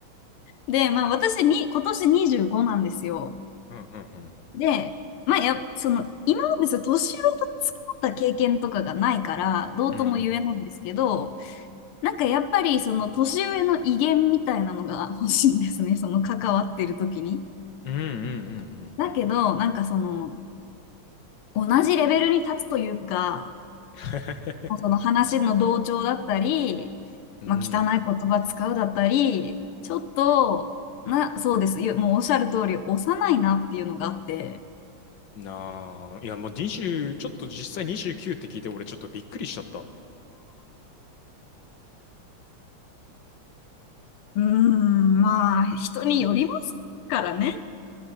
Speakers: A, on the left; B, on the left.
A: で、まあ私に、今年25なんですよ。
B: うんうんうん。
A: で、まあや、その、今までその年上と付き合った経験とかがないから、どうとも言えないんですけど、
B: うん。
A: なんかやっぱりその年上の威厳みたいなのが <laughs> 欲しいんですね、その関わってる時に。
B: うんうんうんうん。
A: だけど、なんかその、同じレベルに立つというか、
B: <laughs>
A: その話の同調だったり、
B: うん。
A: まあ、汚い言葉使うだったり、ちょっと、な、そうです。ゆもうおっしゃる通り、幼いなっていうのがあって。
B: なあ、いやもう20、ちょっと実際29って聞いて俺ちょっとびっくりしちゃった。
A: うーん、まあ、人によりますからね。